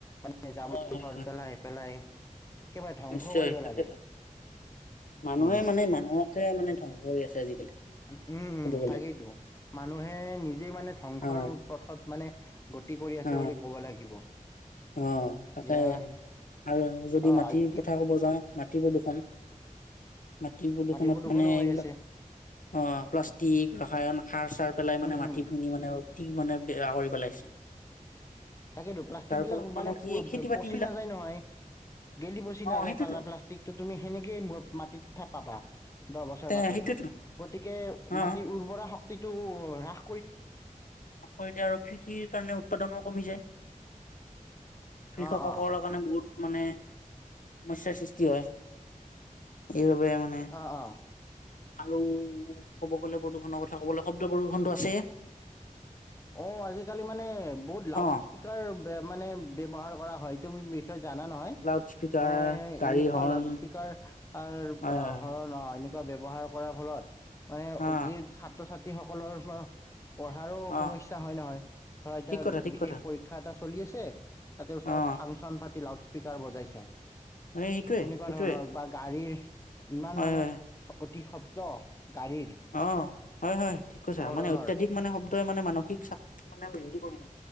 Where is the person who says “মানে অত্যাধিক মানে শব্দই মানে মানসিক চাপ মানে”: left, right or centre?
Left